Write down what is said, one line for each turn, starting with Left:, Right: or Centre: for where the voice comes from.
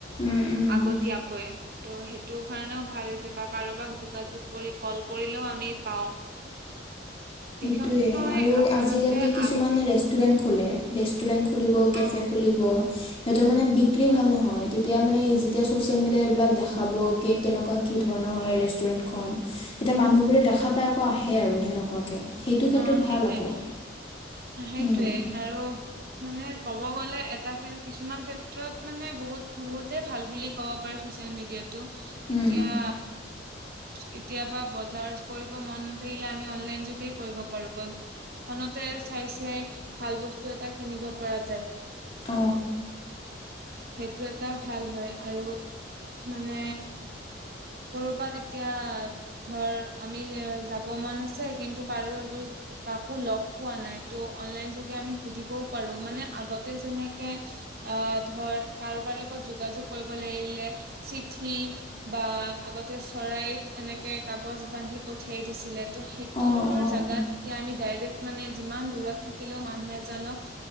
Left: উম উম
Right: আগতি কৈ এ। ত' সেইটো কাৰণেও ভাল যে বা কাৰোবাক যোগাযোগ কৰি কল কৰিলেও আমি পাওঁ। <unintelligible> বিশেষকৈ
Left: সেই আৰু
Right: আচলতে
Left: আজালি কিছু
Right: আ
Left: ৰেুৰে খোলে। খুলিব কেফে
Right: অ
Left: খুলিব। ড়ঢ়ড়্য সিহঁতৰ মানে বিক্ৰী ভাল নহয় তেতিয়া মানে যেতিয়া চচিয়েল মিডিয়া এইবিলাক দেখাব কে কেনেকুৱা কি ধৰণৰ। ৰেষ্টুৰেন্ট খন এতিয়া মানুহ বোৰে দেখা পাই আকৌ আহে আৰু সেনেকুৱাকে। সেইটো ক্ষেত্ৰত
Right: অ সেইটোৱে
Left: ভাল আকৌ
Right: সেইটোৱে
Left: উম,
Right: আৰু। মানে ক'ব গ'লে এটা কিছুমান ক্ষেত্ৰত মানে বহুত বহুতে ভাল বুলি ক'ব পাৰি। চেল মিডিয়টো
Left: উম,
Right: এতিয়া। কেতিয়াবা বজাৰ কৰিব মন নাথাকিলে আমি অনলাইন যোগে। কৰিব পাৰিব ফোনতে চাই চাই ভাল বস্তু এটা কিনিব পৰা যায়।
Left: ত।
Right: সেইটো এটা ভাল হয় আৰু মানে। কৰবাত এতিয়া ধৰ আমি যাব মন আছে কিন্তু। কাকো সুধিব পৰা নাই অনলাইন সুধি বও পাৰো মানে আগতে যে। তেনেকে অ ধৰ কাৰোবাৰ লগত যোগাযোগ কৰিব লাগিলে চিঠি। বা আগতে চৰাইত এনেকে কাগজ বান্ধি পঠিয়াই দিছিলে ত' সেইটোৰ।
Left: অঁ অঁ
Right: জাগাত এতিয়া আমি ডাইৰেক্ট মানে যিমান দূৰত থাকিলেও মানুহ এজনক